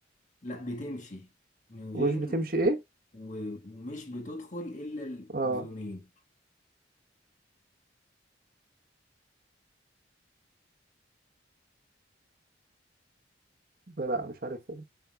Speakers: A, on the left; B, on the right.
A: لا بتمشي من غير
B: ومش بتمشي إيه
A: و- ومش بتدخل إلا الأذنين
B: اه لا مش عارف إيه